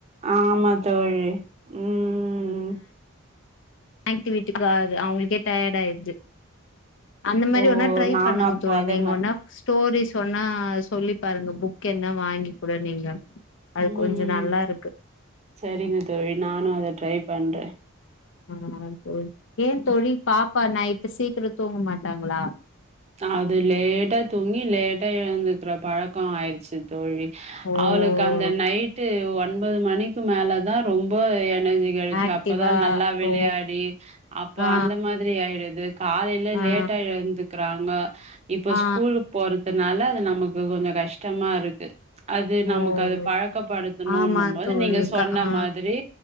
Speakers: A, on the right; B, on the left.
A: ஆமா தோழி ம்
B: ஆக்டிவிட்டுக்காது அவுங்களுக்கே டயர்ட் ஆய்டுது அந்த மாரி
A: ஓ
B: ஒன்னா ட்ரை
A: நானு
B: பண்ணுங்க
A: அப்போ
B: தோழி
A: அதே
B: நீங்க
A: மா
B: ஒன்னா ஸ்டோரிஸ் சொன்னா சொல்லி பாருங்க புக் என்ன வாங்க கூட நீங்க அது
A: ம்
B: கொஞ்சோ
A: ம்
B: நல்லா இருக்கு
A: சரிங்க தோழி நானு அத ட்ரை பண்றே
B: ஆ தோழி ஏன் தோழி பாப்பா நைட் சீக்கிரம் தூங்க மாட்டாங்ளா
A: அது லேட்டா தூங்கி லேட்டா எந்துக்கற பழக்கம் ஆயிடுச்சு தோழி
B: ஓ
A: அவளுக்கு அந்த நைட்டு து ஒன்பது மணிக்கு மேல தான் ரொம்ப எ நஞ்சி கெடைச்சி
B: ஆக்டிவா
A: அப்பதான் நல்லா விளையாடி
B: ஓ
A: அப்ப
B: ஆ
A: அந்த மாதிரி ஆயிடுது காலையில
B: ஆ
A: லேட்டா எழுந்து கிறாங்கோ இப்ப
B: ஆ
A: ஸ்கூலுக்கு போற தனால அது நமக்கு கொஞ்சம் கஷ்டமா இருக்கு அது
B: ஓ
A: நமக்கு அத
B: ஓ
A: பழக்கப்படுத்தணும்
B: ஆமா
A: இன்னும் போது
B: தோழி
A: நீங்க சொன்ன
B: க ஆ
A: மாதிரி